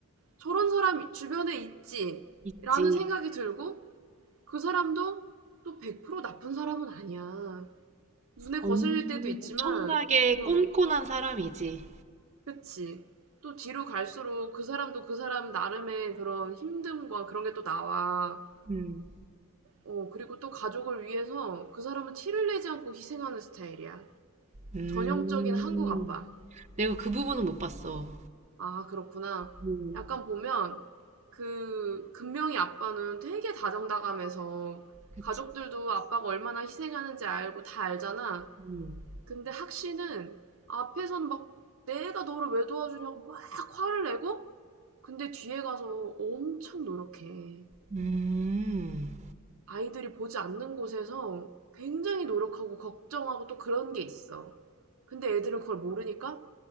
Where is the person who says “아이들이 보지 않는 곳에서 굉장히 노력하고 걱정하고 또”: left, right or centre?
Right